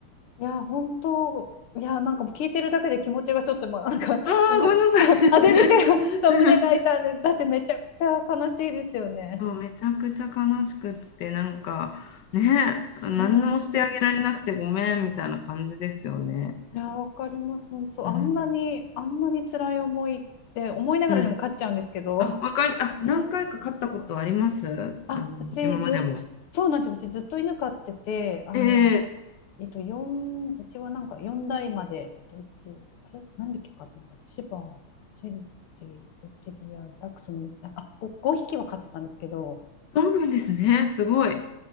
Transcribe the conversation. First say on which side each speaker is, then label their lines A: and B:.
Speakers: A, on the left; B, on the left.
A: いや、本当、いや、なんかもう聞いてるだけで気持ちがちょっと、まあ、なんか、
B: ああ、
A: あの、
B: ごめんなさい。
A: <laughs> あ、全然違う。
B: <laughs>
A: <laughs> 胸が痛んで、だってめちゃくちゃ悲しいですよね。
B: そうめちゃくちゃ悲しくって、なんかね、何もしてあげられなくてごめんみたいな感じですよね。
A: うん。いや、わかります。本当、
B: うん。
A: あんなに、あんなに辛い思いって思いながらでも勝っちゃうんですけど。
B: うん。あ、わかり、あ、何回か勝ったことありますあの、
A: あ、うちずっ、
B: 今までも。
A: そうなんですよ。うちずっと犬飼ってて、あの、
B: ええ
A: えっと、四うちはなんか4代まで、えっと、うち、あれ何匹飼ったんだシバ、チェリティ、ルテリア、ダックスに、あ、ご5匹は飼ってたんですけど、
B: そうなんですね。すごい。